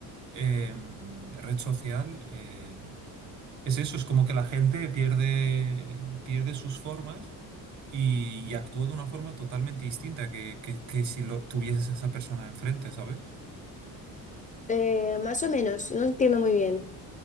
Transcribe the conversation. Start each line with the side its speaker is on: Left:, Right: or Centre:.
Right: em, red social. eh, es eso, es como que la gente pierde, pierde sus formas y, y actúa de una forma totalmente distinta que, que- que si lo tuvieses a esa persona enfrente, ¿sabes?
Left: Eh, más o menos, no entiendo muy bien.